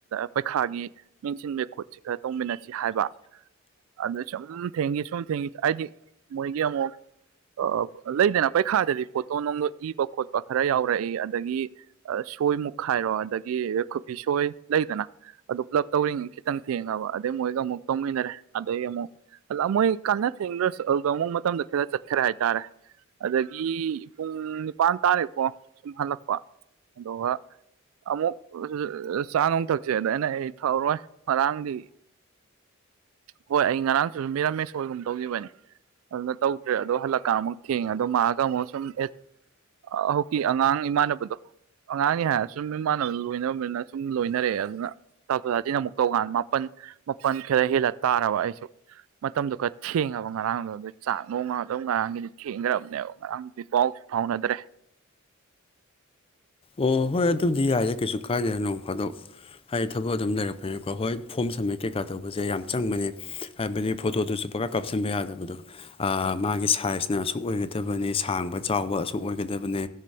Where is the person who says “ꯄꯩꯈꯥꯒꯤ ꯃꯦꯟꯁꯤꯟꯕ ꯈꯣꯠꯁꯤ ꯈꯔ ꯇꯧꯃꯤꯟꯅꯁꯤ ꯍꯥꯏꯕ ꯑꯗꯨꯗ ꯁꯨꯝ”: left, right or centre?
Right